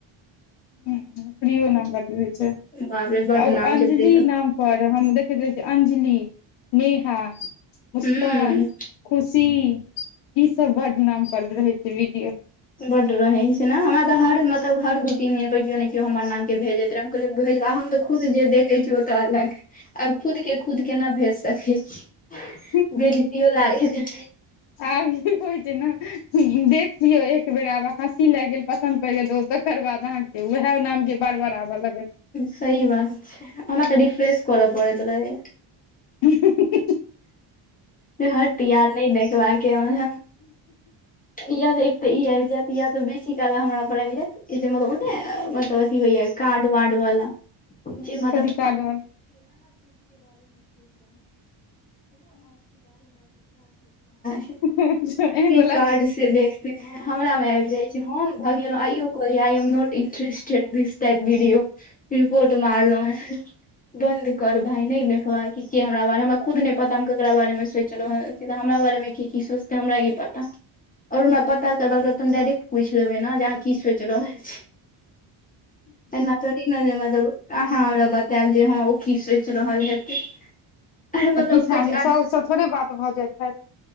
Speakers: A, on the left; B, on the left.
A: हुँ हुँ प्रियो नाम बड्ड होइ छै
B: बाप रे बड
A: आब
B: नाम
A: अंजलि
B: छै प्रिया
A: नाम पर हम देखैत रहै छी अंजलि नेहा मुस्कान
B: हूं
A: खुशी ई सब बड्ड नाम पर रहै छै वीडियो
B: बड्ड रहै छै ने हमरा तऽ हर मतलब हर दू तीन दिन पर केओ ने केओ हमर नाम के भेजैत तऽ हम तऽ खुद जे देख अछि ओतऽ अलग आब खुद के खुद केना भेज सकै छी
A: <inaudible>
B: बेजतियो लागैत
A: आब ई होइ छै न देख लियौ एक बेर आब हँसी लागि गेल पसन्द पड़ि गेल तऽ तकर बाद अहाँ के उएह नाम के बार बार आबऽ लागत
B: सहि बात छै हमरा तऽ रिफ्रेश कर पड़त रहै
A: <inaudible>
B: जे हट्ट यार नय देखबाक ये हमरा या तऽ एक तऽ ई आबि जैत या तऽ बेसी काल हमरा पर आबि जैत ई जे मतलब ओ नय मतलब अथी होइये काड वाड वाला जी मतलब
A: कथी कार्ड वार
B: <unintelligible> <unintelligible>
A: अच्छा एहन बला
B: <unintelligible> हमरामे आबि जाइ छै हम भगेलौं आइयो कहलियै <unintelligible> रिपोर्ट मारलौं बंन्द कर भाय नय देखबाक ये हमरा बारे हमरा खुद नय पता हम केकरा बारे मे सोचि रहल तऽ हमरा बारे मे की की सोचते हमरा की पता आओर हमरा पता करके रहत तऽ हम डायरेक्ट पूछि लेबै नऽ जे अहाँ की सोचि रहल छी एना थोड़ी न जे मतलब आह हँ हमरा बतायब जे हँ ओ की सोचि रहल हेतै अरे
A: तऽ
B: मतलब
A: किछु
B: ओ कहै
A: आदमी
B: छै आधा
A: सबसँ थोड़े बात भऽ जाइत हैैत